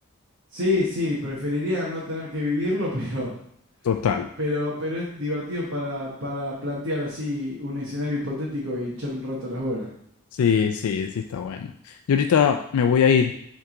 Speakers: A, on the right; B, on the left.
A: Sí, sí, preferiría no tener que vivirlo, <laughs> pero,
B: Total.
A: pero, pero es divertido para, para plantear así un escenario hipotético y hinchar un rato las bolas.
B: Sí, sí, sí, está bueno. Yo ahorita me voy a ir.